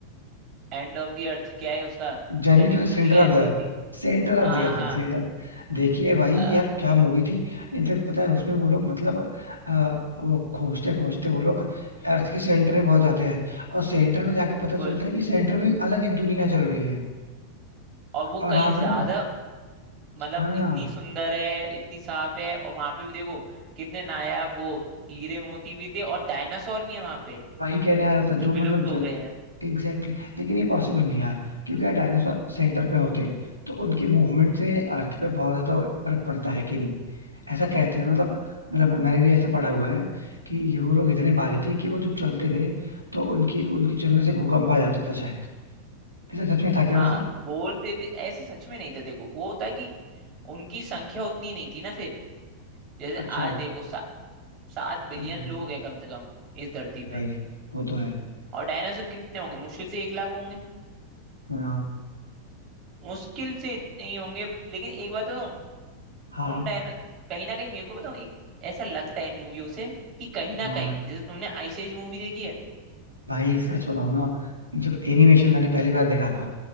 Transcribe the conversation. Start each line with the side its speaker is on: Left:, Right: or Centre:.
Right: end of the earth क्या है उसका
Left: Journey
Right: journey
Left: to Center
Right: to the end
Left: of the Earth
Right: of the
Left: Center of
Right: हाँ
Left: the Earth भाई
Right: हाँ
Left: सेंटर देखिए भाई
Right: अ,
Left: यार क्या मूवी थी इनफेक्ट पता है उसमें वो लोग मतलब अ, वो खोजते खोजते वो लोग अर्थ के सेंटर में पहुंच जाते हैं और सेंटर में जाके
Right: बिल्कुल
Left: पता चलता है कि सेंटर में अलग एक दुनिया चल रही है
Right: और वो
Left: और
Right: कहीं
Left: वहां
Right: ज्यादा
Left: पे ना
Right: मतलब
Left: हाँ
Right: इतनी सुंदर है इतनी साफ है और वहां पे भी देखो कितने नायाब वो हीरे मोती भी थे और डायनासोर भी है वहां पे
Left: वही कहने आ रहा था जो
Right: जो
Left: मतलब
Right: विलुप्त हो गए हैं
Left: एग्जैक्टली exactly. लेकिन ये पॉसिबल नहीं है यार क्योंकि यार डायनासोर सेंटर पे होते हैं तो उनकी मूवमेंट से अर्थ पे बहुत ज्यादा फर्क पड़ता है कि नहीं ऐसा कहते हैं मतलब मतलब मैंने भी ऐसा पढ़ा हुआ है कि ये वो लोग इतने भारी थे कि वो जब चलते थे तो उनकी उनके चलने से भूकंप आ जाता था शायद ऐसा सच में था क्या
Right: हाँ
Left: वैसे
Right: बोलते थे ऐसे सच में नहीं था देखो वो होता कि उनकी संख्या उतनी नहीं थी ना फिर जैसे
Left: अच्छा
Right: आज
Left: हम्म,
Right: देखो सा, सात बिलियन
Left: हम्म।
Right: लोग हैं कम से कम इस धरती पे
Left: भाई वो तो है
Right: और डायनासोर कितने होंगे मुश्किल से एक लाख होंगे
Left: हाँ
Right: मुश्किल से इतने ही होंगे लेकिन एक बात बताऊं
Left: हाँ
Right: उन डायना कहीं ना कहीं मेरे को बताऊं एक ऐसा लगता है इन मूवियों से कि कहीं ना
Left: हाँ
Right: कहीं जैसे तुमने आइस एज मूवी देखी है
Left: भाई सच बताऊं ना जब एनिमेशन मैंने पहली बार देखा था